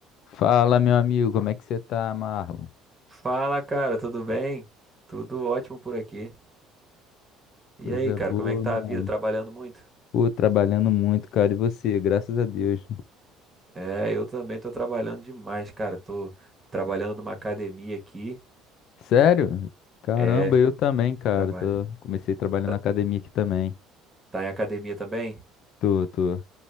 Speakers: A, on the left; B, on the right.
A: Fala, meu amigo, como é que você tá, Marlon?
B: Fala, cara, tudo bem? Tudo ótimo por aqui. E
A: Coisa
B: aí, cara,
A: boa,
B: como é que tá
A: mano.
B: a vida? Trabalhando muito?
A: Pô, trabalhando muito, cara, e você? Graças a Deus.
B: É, eu também tô trabalhando demais, cara. Tô trabalhando numa academia aqui.
A: Sério? Caramba,
B: É,
A: eu também,
B: muito
A: cara.
B: trabalho.
A: Tô... Comecei a trabalhar
B: Tá,
A: na academia aqui também.
B: tá em academia também?
A: Tô, tô.